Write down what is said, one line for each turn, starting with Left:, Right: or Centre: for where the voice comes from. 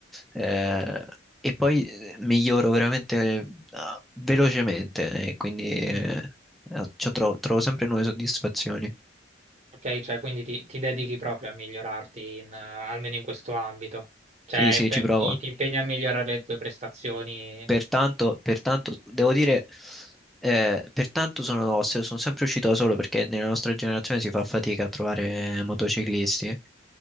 Centre: eh, e poi eh, miglioro veramente ah, velocemente e quindi eh,
Right: Mm.
Centre: eh, cioè, tro- trovo sempre nuove soddisfazioni.
Right: Ok, cioè quindi ti, ti dedichi proprio a migliorarti in, eh, almeno in questo ambito. Cioè,
Centre: Sì, sì,
Right: pe-
Centre: ci provo.
Right: i- ti impegni a migliorare le tue prestazioni
Centre: Pertanto, pertanto, devo dire, eh, pertanto sono, se- sono sempre uscito da solo perché nella nostra generazione si fa fatica a trovare motociclisti.